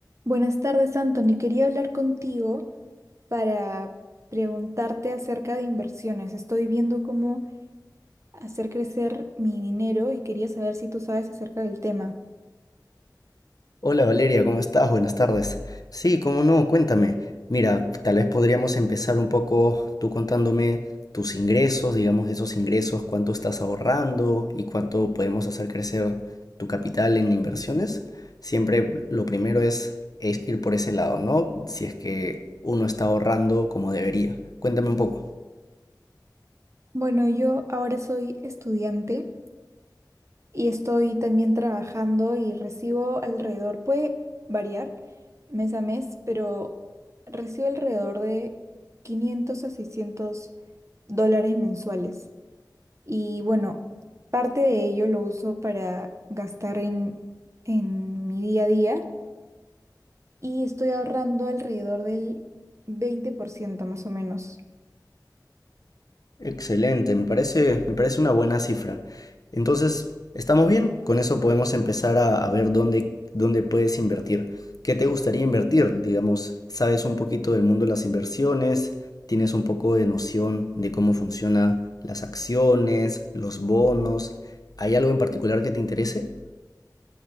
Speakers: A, on the right; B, on the left.
A: Buenas tardes, Anthony. Quería hablar contigo para preguntarte acerca de inversiones. Estoy viendo cómo hacer crecer mi dinero y quería saber si tú sabes acerca del tema.
B: Hola Valeria, ¿cómo estás? Buenas tardes. Sí, cómo no, cuéntame. Mira, tal vez podríamos empezar un poco tú contándome tus ingresos, digamos esos ingresos, cuánto estás ahorrando y cuánto podemos hacer crecer tu capital en inversiones. Siempre lo primero es, es ir por ese lado, ¿no? Si es que uno está ahorrando como debería. Cuéntame un poco.
A: Bueno, yo ahora soy estudiante y estoy también trabajando y recibo alrededor, puede variar mes a mes, pero recibo alrededor de quinientos a seiscientos dólares mensuales. Y bueno, parte de ello lo uso para gastar en, en mi día a día y estoy ahorrando alrededor del 20% más o menos.
B: Excelente, me parece, me parece una buena cifra. Entonces, ¿estamos bien? Con eso podemos empezar a, a ver dónde, dónde puedes invertir. ¿Qué te gustaría invertir? Digamos, ¿sabes un poquito del mundo de las inversiones? ¿Tienes un poco de noción de cómo funcionan las acciones, los bonos? ¿Hay algo en particular que te interese?